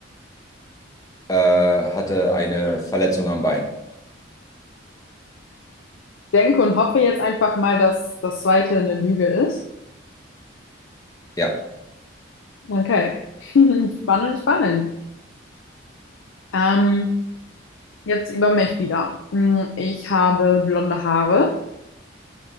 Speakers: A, on the left; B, on the left.
A: äh, hatte eine Verletzung am Bein.
B: Ich denke und hoffe jetzt einfach mal, dass das zweite eine Lüge ist.
A: Ja.
B: Okay, <laughs> spannend, spannend. Ähm, jetzt über mich wieder. Hm, Ich habe blonde Haare.